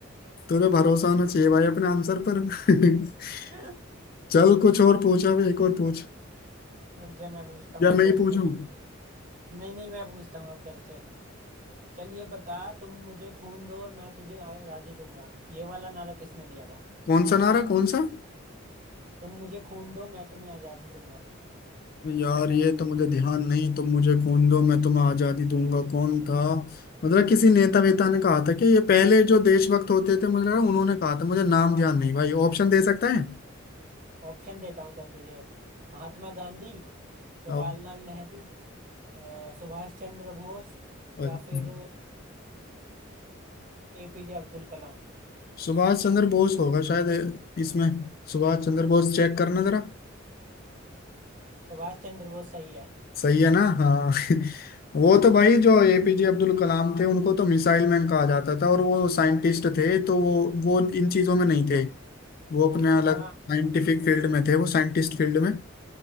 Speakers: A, on the left; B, on the right.
A: तुझे भरोसा होना चाहिए भाई अपने आंसर पर <laughs>
B: <laughs>
A: चल कुछ और पूछा अभी एक और पूछ
B: रुक जा मैं पूछता हूँ
A: या
B: अब
A: मैं
B: तेरे
A: ही पूछूं
B: से नहीं नहीं मैं पूछता हूँ अब तेरे से चल ये बता तुम मुझे खून दो और मैं तुझे आज़ादी दूंगा ये वाला नारा किसने दिया था
A: कौन सा नारा कौन सा
B: तुम मुझे खून दो मैं तुम्हें आज़ादी दूंगा
A: यार ये तो मुझे ध्यान नहीं तुम मुझे खून दो मैं तुम्हें आजादी दूंगा कौन था मतलब किसी नेता वेता ने कहा था कि ये पहले जो देशभक्त होते थे मुझे लगा उन्होंने कहा था मुझे नाम ध्यान नहीं भाई ऑप्शन दे सकता है
B: ऑप्शन देता हूँ चल तुझे महात्मा गांधी जवाहरलाल
A: आओ,
B: नेहरू अ, सुभाष चंद्र बोस
A: अच्छा।
B: या फिर एपीजे अब्दुल कलाम
A: सुभाष चंद्र बोस होगा शायद इसमें सुभाष चंद्र बोस चेक करना जरा
B: सुभाष चंद्र बोस सही है
A: सही है ना हाँ <laughs> वो तो भाई जो एपीजे अब्दुल कलाम थे उनको तो मिसाइल मैन कहा जाता था और वो साइंटिस्ट थे तो वो वो इन चीजों में नहीं थे वो अपने अलग
B: हाँ
A: साइंटिफिक फील्ड में थे वो साइंटिस्ट फील्ड में